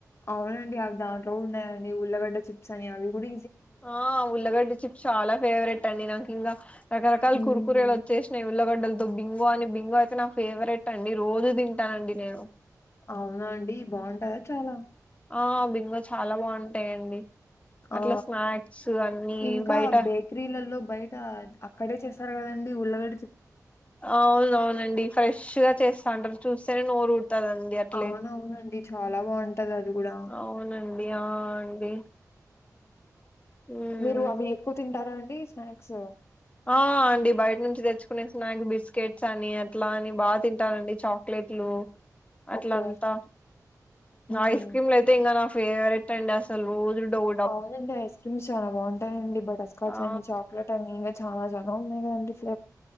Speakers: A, on the left; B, on the left.
A: అవునండి అవి దాంట్లో కూడా ఉన్నాయండి ఉల్లగడ్డ చిప్స్ అని అవి కూడా
B: ఆ ఉల్లగడ్డ చిప్స్ చాలా ఫేవరెట్ అండి నాకు ఇంకా రకరకాల
A: హ్మ్.
B: కురుకురేలు వచ్చేసినాయి ఉల్లగడ్డలు బింగో అని బింగో అయితే నా ఫేవరెట్ అండి రోజు తింటానండి నేను
A: అవునా అండి బావుంటాయ చాలా
B: ఆ బింగో చాలా బావుంటాయండి
A: ఆ!
B: అట్లా స్నాక్స్ అన్ని
A: ఇంకా
B: బయట
A: బేకరీలలో బయట అక్కడే చేస్తారు కదండి ఉళ్ళగడ
B: అవున అవునండి ఫ్రెష్ గా చేస్తాంటారు చూస్తే నోరుూట్ వస్తుదండి అట్లే
A: అవునవునండి. చాలా బావుంటది అది గూడా.
B: అవునండి ఆ అండి ఉమ్
A: మీరు అవి ఎక్కువ తింటారా అండి స్నాక్స్
B: ఆ అండి బయట నుంచి తెచ్చుకునే స్నాక్ బిస్కెట్స్ అని అట్లా అని బాగా తింటానండి చాక్లెట్ ఎట్లు అట్లంతా
A: ఓకే. హ్మ్.
B: ఐస్ క్రీమ్లు అయితే ఇంకా నా ఫేవరెట్ అండి అ ౌ
A: అవునండి ఐస్ క్రీమ్స్ చాలా బాగుంటాయిండి బటర్స్కాచ్
B: ఆ
A: అని చాక్లెట్ అని ఇంకా చాలా చ దండి